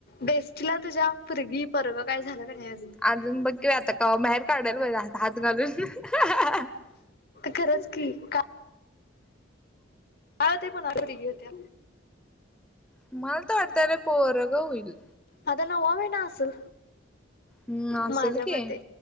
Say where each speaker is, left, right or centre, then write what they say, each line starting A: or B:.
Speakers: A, on the left; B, in the centre.
A: बेस्टीला तुझ्या. पुरगी - पोरगं काय झालं का नाही, अजून?
B: अजून बघ कि आता, कवा बाहेर काढल होय आता हात घालून. <unintelligible>
A: खरंच की. का ह ते पण, <unintelligible> होत्या.
B: मला तर वाटतय, अरे पोरगं होईल.
A: आता नववा महिना असल.
B: हम्म असेल
A: माझ्या
B: की
A: मते.